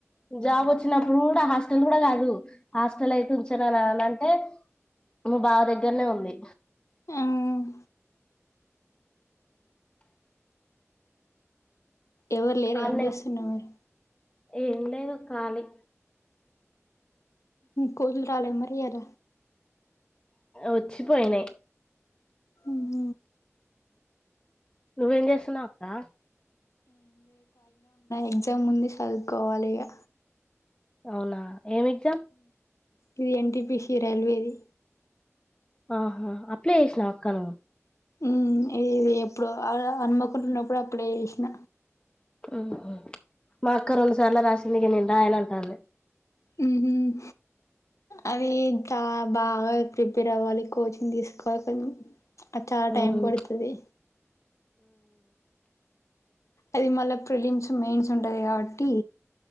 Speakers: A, on the left; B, on the left.
A: జాబ్ వచ్చినప్పుడు కూడా హాస్టల్ కూడా కాదు హాస్టల్ అయితే ఉంచనా అని అంటే మా బావ దగ్గరనే ఉంది
B: హ్మ్ ఎవరు లేర
A: అన్నే
B: ఏం చేస్తున్నా మరీ
A: ఏం లేదు కాలి
B: కోదలు రాలే మరియాద
A: ఉచ్చిపోయినే
B: మ్మ్
A: నువ్వేం చేస్సున్నావు అక్క
B: ఎగ్జాముంది చదువుకోవాలిగా
A: అవునా ఏం ఎగ్జామ్
B: ఇది ఎన్టిపిసి రైల్వేది
A: ఆహా అప్లే చేసినావ అక్కను
B: మ్మ్ ఇది ఎప్పుడు ఆ హన్మకొండప్పుడు అప్పుడు చేసిన
A: ఆహా మా అక్క రెండుసార్లు రాసిందిగా నేం రాయను అంటాంది
B: మ్మ్ హ్మ్ అదింతా బాగా ప్రిపేర్ అవ్వాలి, కోచింగ్ తీసుకోవాలి కన్ అద్ చాలా
A: అంటాంది
B: టైం పడుతది అది మళ్ళ ఫ్రిలిమ్స్ మెయిన్స్ ఉంటది గావ ట్టి